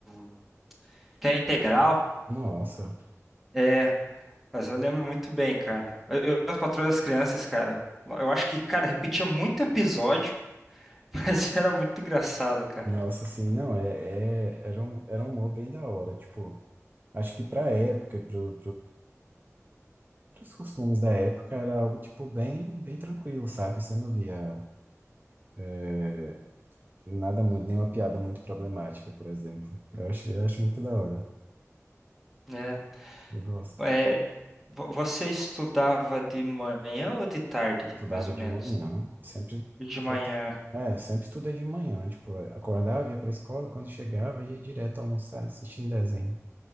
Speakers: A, in the centre; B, on the right (about 35°).
A: o- que era integral.
B: Nossa,
A: É, Mas eu lembro muito bem, cara. Eu, eu as Patroas das Crianças, cara. Eu acho que, cara, repetia muito episódio, <laughs> mas era muito engraçado, cara.
B: nossa, assim, não, é, é- era um, era um humor bem da hora, tipo, acho que pra época, e pro, Os costumes da época era algo, tipo, bem, bem tranquilo, sabe? Você não via é, nada muito, nenhuma piada muito problemática, por exemplo. Eu acho, eu acho muito da hora.
A: É.
B: Eu gosto.
A: É, vo- você estudava de manhã ou de tarde,
B: Estudava
A: mais ou
B: de
A: menos?
B: manhã, sempre,
A: De
B: só-
A: manhã.
B: é, sempre estudei de manhã, tipo, acordava, ia pra escola, quando chegava, ia direto almoçar, assistindo desenho.